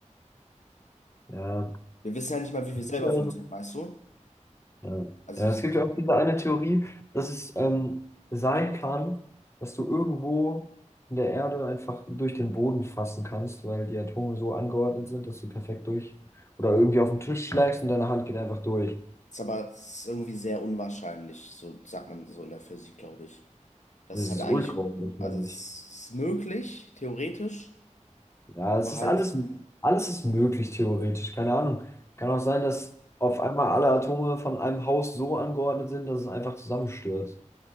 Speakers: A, on the left; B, on the left.
A: ja.
B: Wir wissen ja nicht mal, wie wir selber
A: Ja,
B: funktionieren, weißt du?
A: Ja.
B: Also
A: Ja,
B: es
A: es gibt ja auch diese eine Theorie, dass es ähm, sein kann, dass du irgendwo in der Erde einfach durch den Boden fassen kannst, weil die Atome so angeordnet sind, dass du perfekt durch oder irgendwie auf den Tisch schlägst und deine Hand geht einfach durch.
B: ist aber es ist irgendwie sehr unwahrscheinlich, so sagt man so in der Physik, glaube ich. Das
A: Das
B: ist halt
A: ist
B: eigentlich,
A: ultra unwahrscheinlich.
B: also es ist möglich, theoretisch,
A: Ja,
B: aber
A: es ist
B: halt,
A: alles, alles ist möglich theoretisch, keine Ahnung. Kann auch sein, dass auf einmal alle Atome von einem Haus so angeordnet sind, dass es einfach zusammenstürzt.